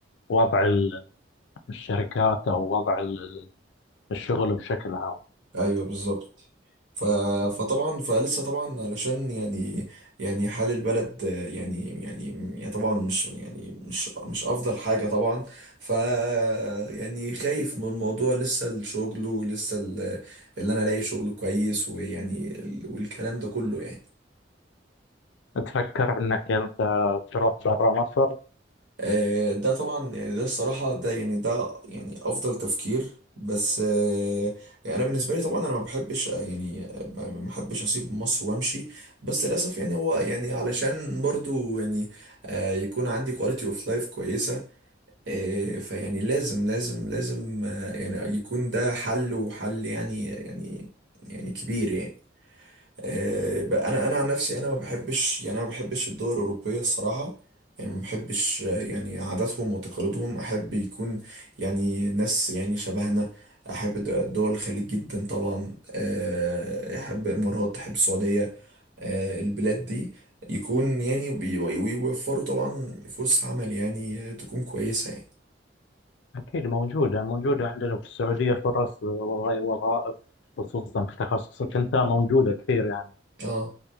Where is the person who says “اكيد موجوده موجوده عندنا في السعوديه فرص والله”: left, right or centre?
Left